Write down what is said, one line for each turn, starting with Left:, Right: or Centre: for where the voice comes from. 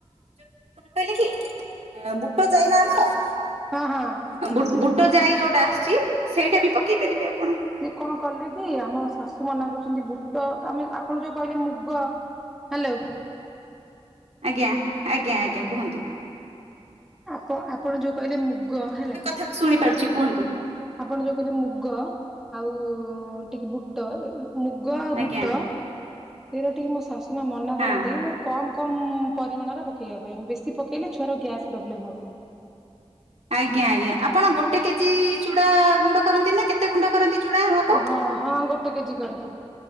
Right: ଯୋଉ କହିଲେ କି ବୁଟ ଯାଇ ନା ଆମର <unintelligible>
Centre: ହଁ, ହଁ।
Right: ଆଉ ବୁଟ ଯାଇ ଯୋଉଟା ଆସିୁଛି ସେଇଟା ବି ପକେଇ ପାରିବେ ଆପଣ।
Centre: ସେ କଣ କଲେ କି ଆମ ଶାଶୁ ମନା କରୁଛନ୍ତି ବୁଟ ତ ଆମେ ଆପଣ ଯୋଉ କହିଲେ ମୁଗ, ହାଲୋ।
Right: ଆଜ୍ଞା ଆଜ୍ଞା ଆଜ୍ଞା। କୁହନ୍ତୁ
Centre: ଆପ ଆପଣ ଯୋଉ କହିଲେ ମୁଗ ହେଲେ।
Right: ତଥା ବି ଶୁଣିପାରୁଛି କୁହନ୍ତୁ।
Centre: ଆପଣ ଯୋଉ କହିଲେ ମୁଗ ଆଉ ଟିକେ ବୁଟ ଏ ମୁଗ ଆଉ
Right: ଆଜ୍ଞା
Centre: ବୁଟ ସେଇଟା ଟିକେ ମୋ ଶାଶୁ ମା ମନା
Right: ହଁ
Centre: କରନ୍ତି। କମ୍ କମ୍ ପରିମାଣର ପକାଇବା ପାଇଁ ବେଶୀ ପକାଇଲେ ଛୁଆର ଗ୍ୟାସ୍ ପ୍ରୋବ୍ଲେମ୍ ହେବ।
Right: ଆଜ୍ଞା ଆଜ୍ଞା ଆପଣ ଗୋଟେ କେଜି ଚୁଡା ଗୁଣ୍ଡ କରନ୍ତି ନା କେତେ ଗୁଣ୍ଡ କରନ୍ତି। ଚୁଡା ମାପ
Centre: ହଁ ହଁ ଗୋଟେ କେଜି କରେ।